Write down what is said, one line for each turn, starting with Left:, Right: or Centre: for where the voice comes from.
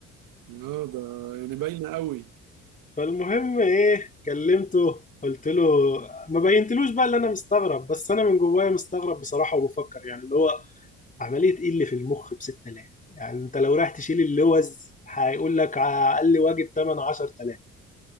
Right: اه ده يعني باينة قوي
Left: فالمهم ايه كلمته قلت له ما بينتلوش بقى اللي انا مستغرب بس انا من جوايا مستغرب بصراحه وبفكر يعني اللي هو عمليه ايه اللي في المخ ب 6000 يعني انت لو رايح تشيل اللوز هيقول لك على اقل واجب 8 10000